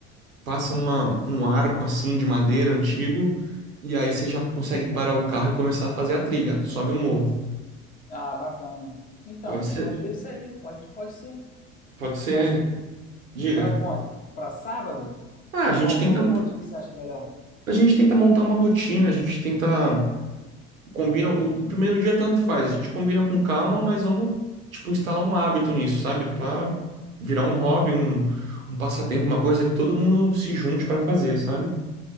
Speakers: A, on the right; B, on the left.
A: passa uma, um arco assim de madeira antigo, e aí você já consegue parar o carro e começar a fazer a trilha, sobe o morro.
B: Ah, bacana. Então,
A: Pode
B: a gente
A: ser,
B: pode ver isso aí, pode, pode ser.
A: pode ser,
B: Mas
A: diga.
B: para quando? Para sábado?
A: Ah, a gente
B: Qual,
A: tenta,
B: qual, qual o dia que você acha melhor?
A: a gente tenta montar uma rotina, a gente tenta combina o, o primeiro dia tanto faz, a gente combina com calma, mas vamos tipo instalar um hábito nisso, sabe? Pra virar um hobby, um, um passatempo, uma coisa que todo mundo se junte pra fazer, sabe?